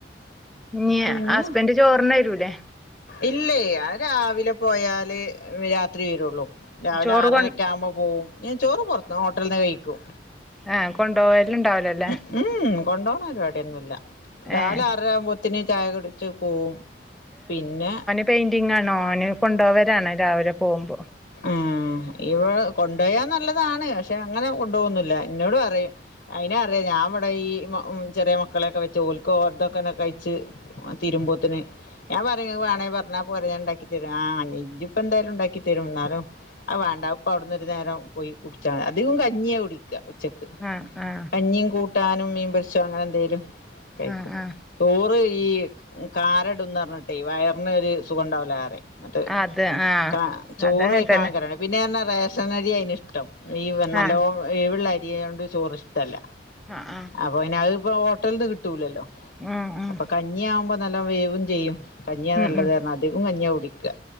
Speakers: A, in the centre; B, on the left.
A: ഇഞ്ഞ്
B: പിന്നെ
A: ഹസ്ബൻഡ് ചോറിനെരൂല്ലേ?
B: ഇല്ലേ. അത് രാവിലെ പോയാല് രാത്രി വരൊള്ളൂ. രാവിലെ
A: ചോറ്
B: ആറരെക്ക്യാവുമ്പം
A: കൊ
B: പോവും. ഞാൻ ചോറ് പൊർത്ത് ഹോട്ടൽന്നാ കഴിക്കും.
A: ആഹ് കൊണ്ടോവല്ണ്ടാവുല ലേ.
B: ഊംഉം കൊണ്ടോണ പരിപാട്യൊന്നും ല്ലാ. രാവിലെ
A: ഏഹ്
B: ആറരാവുമ്പോത്തിന് ചായ കുടിച്ച് പോവും. പിന്നെ,
A: പെയിന്റിങ്ങാണോന് കൊണ്ടോവലാണ് രാവിലെ പോകുമ്പോ
B: ആഹ് ഇവടെ കൊണ്ടോയാ നല്ലതാണ് പക്ഷെ അങ്ങനെ കൊണ്ടോകൊന്നുല്ല എന്നോട് പറയും അയിനറിയാ ഞാൻ ഇവിടെ ഈ മാ ചെറിയ മക്കളെക്കെ വെച്ച് ഓൽക്കോർതൊക്കെന്നെ കഴിച്ച് ആഹ് തീരുമ്പോത്തിന് ഞാൻ പറയും വേണേ പറഞ്ഞാ പോരെ ഞാണ്ടാക്കി തരും ആഹ് ഇജ്ജ് പ്പോന്തായാലും ണ്ടാക്കി തരും എന്നാ ഉം ആഹ് വേണ്ട ഇപ്പ അവിടുന്നൊരു നേരം പോയി കുടിച്ചാ അധികം കഞ്ഞിയാ കുടിക്കുക ഉച്ചക്ക്
A: ആഹ് ആഹ്
B: കഞ്ഞിം കൂട്ടാനും മീൻ പൊരിച്ചതോ അങ്ങനെന്തേലും കഴിക്കും
A: ആഹ് ആഹ്
B: ചോറ് ഈ കാരടുംന്ന്റിഞ്ഞിട്ടെ വയറിന് ഒരു സുഖംണ്ടാവൂലാറിം എന്നിട്ട്
A: അത് ആഹ്
B: കാ ചോറയി
A: അതങ്ങൻ തന്നെ
B: പിന്നെപറന്ന റേഷനരി അയിനിഷ്ടം ഈ നല്ലോ
A: ആഹ്
B: വേവ്ള്ള അരിയായോണ്ട് ചോറ് ഇഷ്ടല്ല
A: ആഹ് ആഹ്
B: അപ്പ പിന്നെ അത്പ്പോ ഹോട്ടലിൽന്ന് കിട്ടൂല്ലല്ലോ
A: ഉം ഉം
B: അപ്പ കഞ്ഞിയാവുമ്പോ നല്ലോ വേവും ചെയ്യും കഞ്ഞിയാ
A: ഉം
B: നല്ലത്
A: ഉം
B: പറഞ്ഞ് അധികം കഞ്ഞിയാ കുടിക്കാ